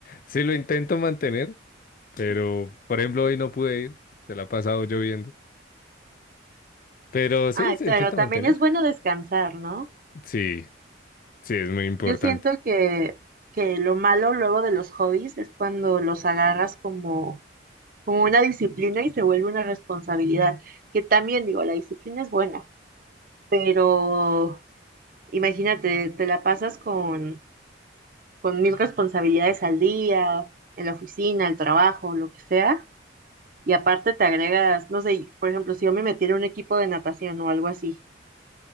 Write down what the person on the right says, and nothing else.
ah
claro,
también
es bueno descansar, ¿no?
Yo siento que, que lo malo luego de los hobbies es cuando los agarras como, como una disciplina y se vuelve una responsabilidad, que también digo, la disciplina es buena Pero imagínate, te la pasas con, con mil responsabilidades al día, en la oficina, el trabajo, lo que sea, y aparte te agregas, no sé, por ejemplo, si yo me metiera en un equipo de natación o algo así,